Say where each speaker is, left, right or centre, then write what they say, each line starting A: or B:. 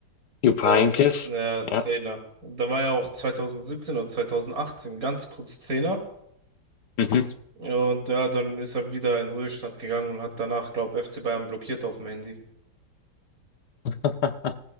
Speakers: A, on the left; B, on the right.
A: Jupp
B: Äh,
A: Heynckes.
B: ja,
A: Ja.
B: Trainer. Da war er auch 2017 oder 2018 ganz kurz Trainer.
A: Mhm.
B: Und ja, dann ist er wieder in den Ruhestand gegangen und hat danach, glaube FC Bayern blockiert auf dem Handy.
A: <laughs>